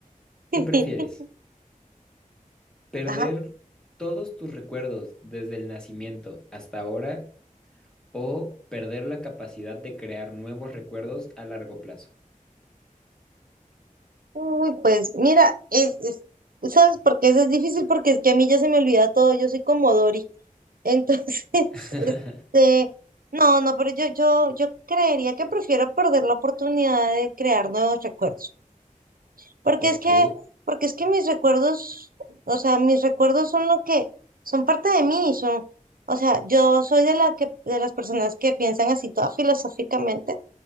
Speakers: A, in the centre; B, on the right.
A: ¿Qué
B: <laughs>
A: prefieres? Perder
B: ajá
A: todos tus recuerdos desde el nacimiento hasta ahora o perder la capacidad de crear nuevos recuerdos a largo plazo.
B: Uy, pues mira, es, es- ¿sabes por qué eso es difícil? Porque es que a mí ya se me olvida todo, yo soy como Dory. Entonces, <laughs>
A: <laughs>
B: este, no, no, pero yo, yo, yo creería que prefiero perder la oportunidad de crear nuevos recuerdos. Porque
A: Ok.
B: es que, porque es que mis recuerdos, o sea, mis recuerdos son lo que, son parte de mí, son, o sea, yo soy de la que, de las personas que piensan así toda filosóficamente,